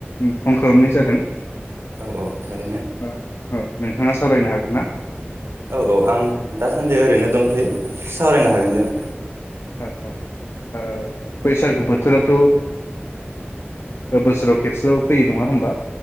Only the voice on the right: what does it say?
औ औ थारैनो
औ औ आं दासान्दि ओरैनो दंथ'यो सावरायनो हागोन दे नोंथां